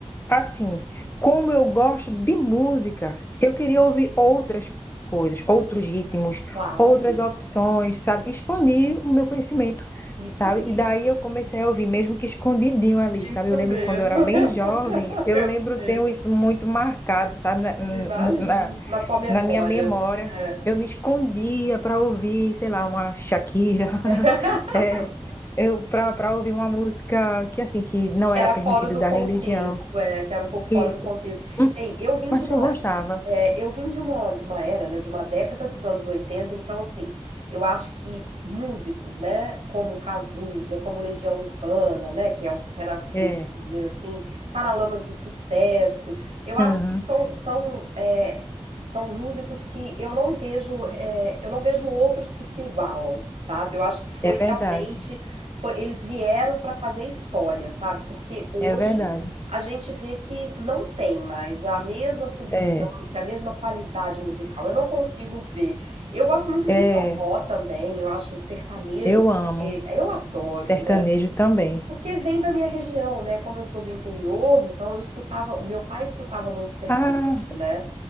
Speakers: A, on the left (about 20°); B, on the right (about 75°).
A: Assim, como eu gosto de música, eu queria ouvir outras coisas, outros ritmos,
B: Claro,
A: outras opções, sabe? Expandir o meu conhecimento,
B: isso
A: sabe?
B: aí.
A: E daí eu comecei a ouvir, mesmo que escondidinho ali,
B: Isso
A: sabe? Eu lembro
B: mesmo,
A: quando eu era
B: <laughs>
A: bem jovem, eu
B: eu
A: lembro,
B: sei,
A: tenho isso muito marcado, sabe? Na,
B: imagino.
A: no- na,
B: Na sua memória.
A: na minha memória.
B: É.
A: Eu me escondia para ouvir, sei lá, uma Shakira, <laughs>
B: <laughs>
A: é, eu para para ouvir uma música que assim que não
B: Que
A: era
B: era
A: permitido
B: fora do
A: da
B: contexto,
A: religião.
B: é, que era um pouco fora
A: Isso.
B: do contexto.
A: Hum,
B: Bem, eu vim de
A: acho
B: uma
A: que eu gostava.
B: É, eu vim de uma, de uma era, né, de uma década dos anos 80 então, assim, eu acho que músicos, né, como Cazuza, como Legião Urbana, né, que é o Renato Russo,
A: É.
B: por dizer assim, Paralamas do Sucesso, eu acho
A: Aham.
B: que são, são, é, são músicos que eu não vejo, é, eu não vejo outros que se igualam, sabe? Eu acho que foi
A: É verdade.
B: realmente, foi, eles vieram para fazer história, sabe? Porque hoje
A: É verdade.
B: a gente vê que não tem mais a mesma substância
A: É.
B: a mesma qualidade musical. Eu não consigo ver. Eu gosto muito
A: É.
B: de forró também, eu acho sertanejo,
A: Eu
B: porque
A: amo
B: eu adoro,
A: sertanejo
B: né?
A: também.
B: Porque vem da minha região, né? Como eu sou do interior, então eu escutava, o meu pai escutava muito sertanejo,
A: Ah,
B: né?